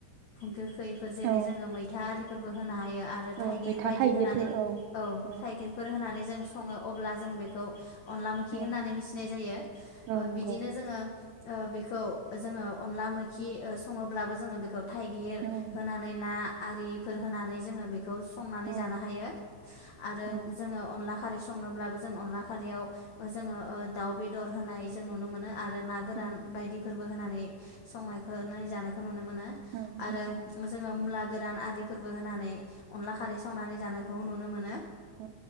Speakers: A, on the left (about 80°); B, on the right (about 80°).
A: गोखै गोखैफोर जेरै
B: औ
A: जोङो मैथा आरि फोरबो होनो हायो आरो
B: औ
A: थाइगिर
B: मैथा
A: बायदि
B: थाइगिरबो,
A: होनानै औ
B: औ
A: थाइगिरफोर होनानै जों सङो अब्ला जों बेखौ अनला मोखि
B: औ
A: होननानै मिथिनाय जायो
B: औ नंगौ
A: बिदिनो जोङो ओ बेखौ जोङो अनला मैखि ओ सङोब्लाबो जोङो बेखौ थाइगिर
B: औ मैथा
A: होनानै
B: थाइगिरबो
A: ना आरिफोर होनानै जोङो बे बेखौ संनानै
B: औ औ नंगौ औ
A: जानो हायो आरो
B: नंगौ
A: जोङो अनला खारै संनोब्लाबो जों अनला खारियाव जोङो ओ दाउ बेदर होनाय जों नुनो मोनो आरो ना गोरान
B: औ
A: बायदिफोरबो होनानै संनायखौ जानायखौ नुनो मोनो। आरो
B: नंगौ
A: जोङो मुला गोरान आदिफोरबो होनानै अनला खारै संनानै जानायखौ नुनो मोनो।
B: औ